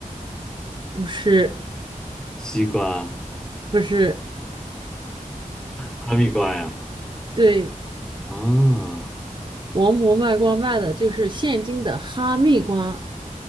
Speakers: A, on the right; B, in the centre.
A: 不是
B: 西瓜、
A: 不是，
B: 哈密瓜呀？
A: 对，
B: 啊，
A: 王婆卖瓜卖的就是现今的哈密瓜，